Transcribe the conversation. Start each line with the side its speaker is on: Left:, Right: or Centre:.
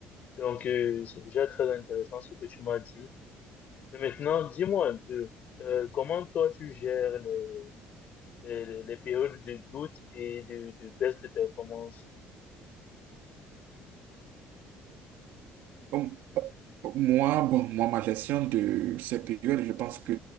Left: Donc, euh, c'est déjà très intéressant ce que tu m'as dit. Mais maintenant, dis-moi un peu, euh, comment toi tu gères les, les, les périodes de doute et de, de baisse de performance?
Right: Euh, Moi, bon, moi, ma gestion de ces périodes, je pense que